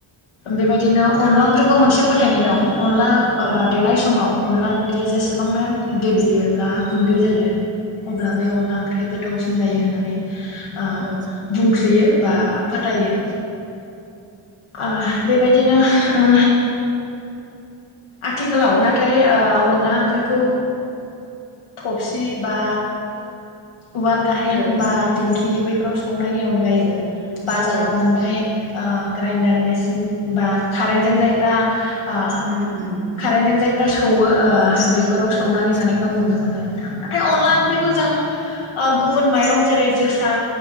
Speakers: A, on the left (about 75°); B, on the right (about 25°).
A: बेबायदिनो अनला ओंख्रिखौ मोनसे फोथायनाय दं अनला ओ
B: औ
A: देनाय समाव अनला गुन्दैया जेसेबांनो गेब्लेयो ब्ला गुैन्दै जायो अब्ला बे अनला ओंख्रिया गोथावसि जायो होननानै ओ
B: औ
A: बुंसोयो बा फोथायो
B: ओं
A: ओह बेबायदिनो ओ आथिखालाव नाथाय ओ अनला ओंख्रिखौ थबसि बा उवाल गाहेन
B: औ
A: बा दिंखि बै फोराव सौनायनि अनगायैबो बाजाराव
B: औ
A: मोननाय ओ ग्राइन्डार मेसिन बा कारेन्जों जायफ्रा ओ
B: उम उम
A: कारेन्टजों जायफ्रा सौवो ओ बेफोराव
B: औ
A: सौनानै जानायखौ नुनो मोनो नों <unintelligible> फ्राय अनला
B: औ
A: ओंख्रिखौ जों ओ गुबुन माइरं जेरै जोसा